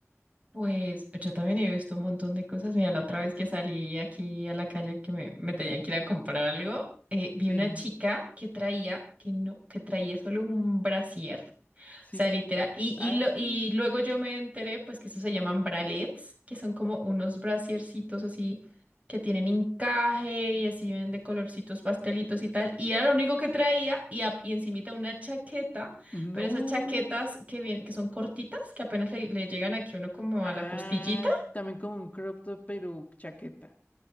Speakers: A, on the right; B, on the left.
A: Pues yo también he visto un montón de cosas. Mira, la otra vez que salí aquí a la calle que me, me tenían que ir a comprar algo, eh, vi
B: Sí,
A: una chica que traía, que no, que traía solo un brasier.
B: sí.
A: sea, literal. Y,
B: Ay,
A: y, lo- y luego yo me enteré, pues, que eso se llaman bralets, que son como unos brasiercitos así que tienen encaje y así ven de colorcitos pastelitos y tal. Y era lo único que traía y, a- y encimita una chaqueta,
B: no.
A: pero esas chaquetas que, vien- que son cortitas, que apenas le, le llegan aquí a uno como
B: Ah,
A: a la costillita.
B: también como un crop top, pero chaqueta,